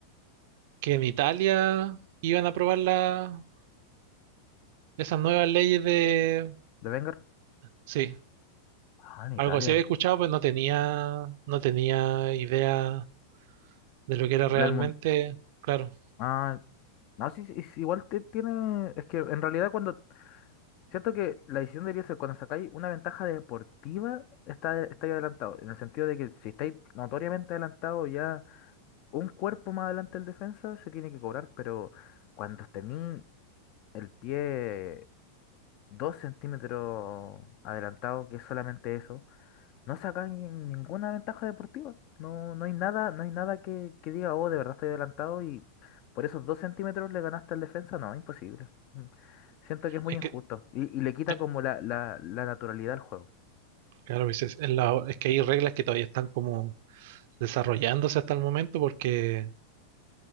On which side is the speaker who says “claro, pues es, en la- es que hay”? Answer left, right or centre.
Right